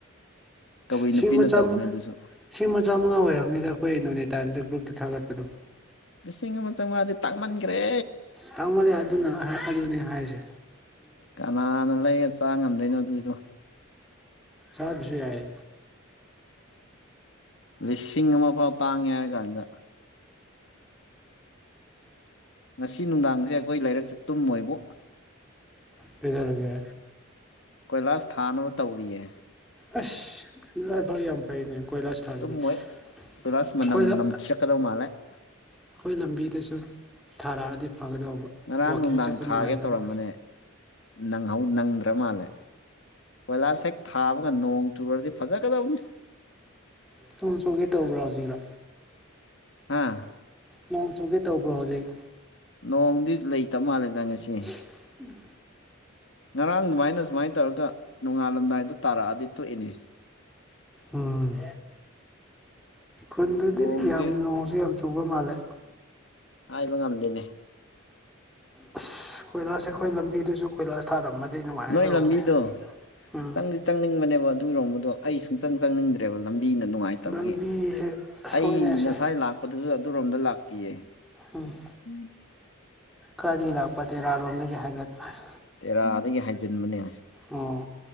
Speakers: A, on the left; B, in the centre.
A: ꯀꯕꯨꯏ
B: ꯏꯁ
A: ꯅꯨꯄꯤꯅ
B: ꯂꯤꯁꯤꯡ ꯑꯃ ꯆꯥꯝꯃ
A: ꯇꯧꯕꯅꯦ ꯑꯗꯨꯁꯨ
B: ꯂꯤꯁꯤꯡ ꯑꯃ ꯆꯥꯝꯃꯉꯥ ꯑꯣꯏꯔꯕꯅꯤꯗ ꯑꯩꯈꯣꯏ ꯅꯣꯅꯦ ꯇꯥꯏꯝꯁ ꯒ꯭ꯔꯨꯞꯇ ꯊꯥꯒꯠꯄꯗꯣ
A: ꯂꯤꯁꯤꯡ ꯑꯃ ꯆꯧꯉꯥꯗꯤ ꯇꯥꯡꯃꯟꯒ꯭ꯔꯦ
B: ꯇꯥꯡꯃꯜꯂꯦ ꯑꯗꯨꯅ ꯍꯥꯏꯔꯛꯄꯗꯨꯅꯦ ꯍꯥꯏꯔꯤꯖꯦ
A: ꯀꯅꯥꯅ ꯂꯩꯔ ꯆꯥ ꯉꯝꯗꯣꯏꯅꯣ ꯑꯗꯨꯒꯤꯗꯣ
B: ꯆꯥꯗ꯭ꯔꯁꯨ ꯌꯥꯏ
A: ꯂꯤꯁꯤꯡ ꯑꯃ ꯐꯥꯎ ꯇꯥꯡꯉꯦ ꯍꯥꯏꯔ ꯀꯥꯟꯗ ꯉꯁꯤ ꯅꯨꯡꯗꯥꯡꯁꯦ ꯑꯩꯈꯣꯏ ꯂꯥꯏꯔꯤꯛꯁꯦ ꯇꯨꯝꯃꯣꯏꯕꯨ
B: ꯀꯩꯗꯧꯔꯒꯦ
A: ꯀꯣꯏꯂꯥꯁ ꯊꯥꯅꯕ ꯇꯧꯔꯤꯌꯦ
B: ꯑꯁ ꯂꯥꯏ ꯐ ꯌꯥꯝ ꯐꯩꯅꯦ ꯀꯣꯏꯂꯥꯁꯥꯁ ꯊꯥꯗꯗꯤ
A: ꯇꯨꯝꯃꯣꯏ
B: ꯑꯩꯣꯏꯂ
A: ꯀꯣꯏꯂꯥꯁ ꯃꯅꯝ ꯅꯝꯊꯤꯔꯛꯀꯗꯧ <inaudible>
B: ꯑꯩꯈꯣꯏ ꯂꯝꯕꯤꯗꯁꯨ ꯊꯥꯔꯛꯑꯗꯤ ꯐꯒꯗꯧꯕ
A: ꯉꯔꯥꯡ
B: ꯋꯥꯛꯀꯤꯡ
A: ꯅꯨꯡꯗꯥꯡ
B: ꯆꯠꯄ
A: ꯊꯥꯒꯦ
B: ꯅꯨꯡꯉꯥꯏꯗꯧꯕ
A: ꯇꯧꯔꯝꯕꯅꯦꯪ ꯅꯪꯗ꯭ꯔ ꯃꯥꯜꯂꯦ ꯀꯣꯏꯂꯥꯁ ꯍꯦꯛ ꯊꯥꯕꯒ ꯅꯣꯡ ꯆꯨꯔꯗꯤ ꯐꯖꯒꯗꯕꯅꯤ
B: ꯆꯣꯡ ꯆꯣꯡꯒꯦ ꯇꯧꯕ꯭ꯔꯥ ꯍꯧꯖꯤꯛꯔꯣ
A: ꯍꯥꯥ
B: ꯅꯪ ꯆꯨꯒ ꯇꯧꯕ꯭ꯔꯣ ꯍꯧꯖꯤꯛ
A: ꯅꯣꯡꯗꯤ ꯂꯩꯇꯕ ꯃꯥꯜꯂꯦꯗ ꯉꯁꯤ
B: ꯎꯝ
A: ꯉꯔꯥꯡ ꯑꯗꯨꯃꯥꯏꯅ ꯁꯨꯃꯥꯏꯅ ꯇꯧꯔꯒ ꯅꯣꯡꯉꯥꯜꯂꯝꯗꯥꯏꯗ ꯇꯥꯔꯛꯑꯗꯤ ꯇꯣꯛꯏꯅꯦ
B: ꯎꯝ ꯈꯨꯟꯗꯨꯗꯤ
A: ꯅꯣꯡꯁꯦ
B: ꯌꯥꯝ ꯅꯣꯡꯁꯨ ꯌꯥꯝ ꯆꯨꯕ ꯃꯥꯜꯂꯦ
A: ꯍꯥꯏꯕ ꯉꯝꯗꯦꯅꯦ
B: ꯑꯁ ꯀꯣꯏꯂꯥꯁ ꯑꯩꯈꯣꯏ ꯂꯝꯕꯤꯗꯨꯁꯨ ꯀꯣꯏꯂꯥꯁ ꯊꯥꯔꯝꯃꯗꯤ ꯅꯨꯡꯉꯥꯏꯒꯗꯧꯕꯅꯦ
A: ꯅꯣꯏ ꯂꯝꯕꯤꯗꯣ
B: ꯎꯝ
A: ꯆꯪꯗꯤ ꯆꯪꯅꯤꯡꯕꯅꯦꯕ ꯑꯗꯨꯒꯤꯔꯣꯝꯕꯗꯣ ꯑꯩ ꯁꯨꯡꯆꯪ ꯆꯪꯅꯤꯡꯗ꯭ꯔꯦꯕ ꯂꯝꯕꯤꯅ ꯅꯨꯡꯉꯥꯏꯇꯕꯒꯤ
B: ꯂꯝꯕꯤꯁꯦ ꯁꯣꯏꯅꯁꯦ
A: ꯑꯩ ꯉꯁꯥꯏ ꯂꯥꯛ ꯑꯣꯠꯄꯗꯁꯨ ꯑꯗꯨꯔꯣꯝꯗ ꯂꯥꯛꯇꯌꯦ
B: ꯎꯝ
A: ꯎꯝ
B: ꯀꯥꯢꯗꯩ ꯂꯥꯛꯄ ꯇꯦꯔꯥꯔꯣꯝꯗꯒꯤ ꯍꯥꯏꯒꯠꯄꯜ
A: ꯇꯦꯔꯥꯗꯒꯤ ꯍꯥꯏꯖꯤꯟꯕꯅꯦ
B: ꯑꯣ